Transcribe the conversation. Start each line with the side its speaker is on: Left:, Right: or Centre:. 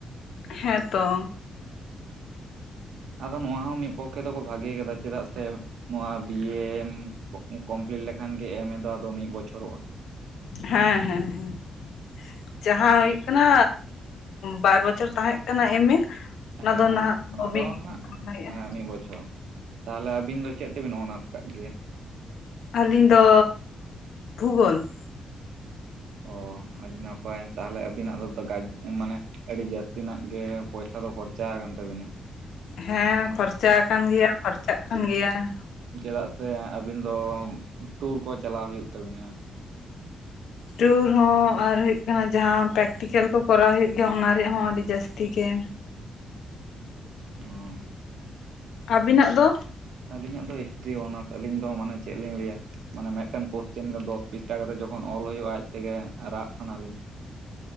Left: ᱦᱮᱸᱛᱚ ᱾
Right: ᱟᱫᱚ ᱱᱚᱣᱟ ᱦᱚᱸ ᱢᱤᱫ ᱯᱚᱠᱷᱮ ᱫᱚᱠᱚ ᱵᱷᱟᱜᱮ ᱠᱟᱫᱟ ᱪᱮᱫᱟᱜ ᱥᱮ ᱱᱚᱣᱟ ᱵᱤ ᱭ ᱢ ᱠᱚᱢᱯᱞᱤᱴ ᱞᱮᱠᱷᱟᱱ ᱜᱮ ᱮᱢ ᱮ ᱫᱚ ᱟᱫᱚ ᱢᱤᱫ ᱵᱚᱪᱷᱚᱨᱚᱜᱼᱟ ᱾
Left: ᱦᱮᱸ ᱦᱮᱸ ᱦᱮᱸ ᱾ ᱡᱟᱦᱟᱸ ᱦᱩᱭᱩᱜ ᱠᱟᱱᱟ, ᱵᱟᱨ ᱵᱚᱪᱷᱚᱨ ᱛᱟᱦᱮᱸᱜ ᱠᱟᱱᱟ ᱮᱢ ᱮ ᱚᱱᱟ
Right: ᱦᱮᱸ
Left: ᱫᱚ ᱱᱟᱦᱟᱜ
Right: ᱚᱱᱟ
Left: <unintelligible>
Right: ᱫᱚ ᱦᱟᱸᱜ ᱦᱮᱸ ᱢᱤᱫ ᱵᱚᱪᱷᱚᱨ ᱾ ᱛᱟᱦᱚᱞᱮ ᱟᱹᱵᱤᱱ ᱫᱚ ᱪᱮᱫ ᱛᱮᱵᱤᱱ ᱚᱱᱟᱹᱨᱥ ᱟᱠᱟᱫ ᱜᱮᱭᱟ?
Left: ᱟᱹᱞᱤᱧ ᱫᱚ ᱵᱷᱩᱜᱳᱞ ᱾
Right: ᱚᱸ ᱟᱹᱰᱤ ᱱᱟᱯᱟᱭ ᱛᱟᱦᱚᱞᱮ ᱟᱹᱵᱤᱱᱟᱜ ᱫᱚ ᱜᱟᱡ ᱢᱟᱱᱮ ᱟᱹᱰᱤ ᱡᱟᱹᱥᱛᱤᱱᱟᱜ ᱜᱮ ᱯᱚᱭᱥᱟᱹ ᱫᱚ ᱠᱷᱚᱨᱪᱟ ᱟᱠᱟᱱ ᱛᱟᱵᱤᱱᱟ ᱾
Left: ᱦᱮᱸ ᱠᱷᱚᱨᱪᱟ ᱟᱠᱟᱱ ᱜᱮᱭᱟ ᱠᱷᱚᱨᱪᱟᱜ ᱠᱟᱱ
Right: ᱪᱮᱫᱟᱜ
Left: ᱜᱮᱭᱟ ᱾
Right: ᱪᱮᱫᱟᱜ ᱥᱮ ᱟᱹᱵᱤᱱ ᱫᱚ ᱴᱩᱨ ᱠᱚ ᱪᱟᱞᱟᱣ ᱦᱩᱭᱩᱜ ᱛᱟᱹᱵᱤᱱᱟ ᱾
Left: ᱴᱩᱨ ᱦᱚᱸ ᱟᱨ ᱦᱩᱭᱩᱜ ᱠᱟᱱᱟ ᱡᱟᱦᱟᱸ ᱯᱮᱨᱮᱠᱴᱤᱠᱮᱞ ᱠᱚ ᱠᱚᱨᱟᱣ ᱦᱩᱭᱩᱜ ᱜᱮᱭᱟ ᱚᱱᱟ ᱨᱮᱭᱟᱜ ᱦᱚᱸ ᱟᱹᱰᱤ ᱡᱟᱹᱥᱛᱤ ᱜᱮ
Right: ᱦᱩᱸ ᱾
Left: ᱟᱹᱵᱤᱱᱟᱜ ᱫᱚ?
Right: ᱟᱹᱞᱤᱧᱟᱜ ᱫᱚ ᱦᱤᱥᱴᱨᱤ ᱚᱱᱟᱹᱨᱥ ᱟᱹᱞᱤᱧ ᱫᱚ ᱢᱟᱱᱮ ᱪᱮᱫ ᱞᱤᱧ ᱞᱟᱹᱭᱟ ᱢᱟᱱᱮ ᱢᱤᱫᱴᱮᱱ ᱠᱚᱳᱥᱪᱮᱱ ᱨᱮ ᱫᱚᱥ ᱯᱤᱥᱴᱟ ᱠᱟᱛᱮ ᱡᱚᱠᱷᱚᱱ ᱚᱞ ᱦᱩᱭᱩᱜᱼᱟ ᱟᱡ ᱛᱮᱜᱮ ᱨᱟᱜ ᱥᱟᱱᱟᱞᱤᱧᱟ ᱾